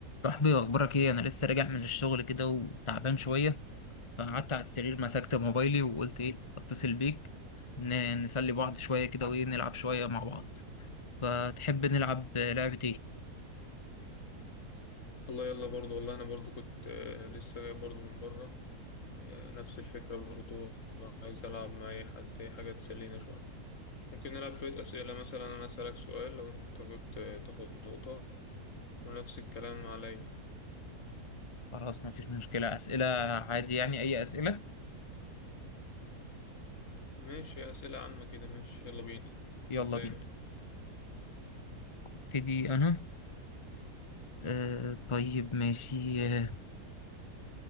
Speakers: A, on the left; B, on the left.
A: صاحبي واخبارك ايه انا لسه راجع من الشغل كده وتعبان شويه فقعدت على السرير مسكت موبايلي وقلت ايه اتصل بيك ن- نسلي بعض شويه كده وايه نلعب شويه مع بعض فتحب نلعب لعبه ايه
B: والله يلا برضو والله انا برضو كنت آه، لسه جاي برضو من بره آه، نفس الفكرة برضو عايز العب مع اي حد اي حاجة تسلينا شوية ممكن نلعب شوية اسئلة مثلا انا اسألك سؤال لو انت جبت آه، تاخد نقطة ونفس الكلام عليا
A: خلاص مفيش مشكله اسئله عادي يعني اي اسئله
B: ماشي اسئلة عامة كده ماشي يلا بينا
A: يلا
B: ابدأ
A: بينا
B: انت
A: ابتدي انا آه طيب ماشي آه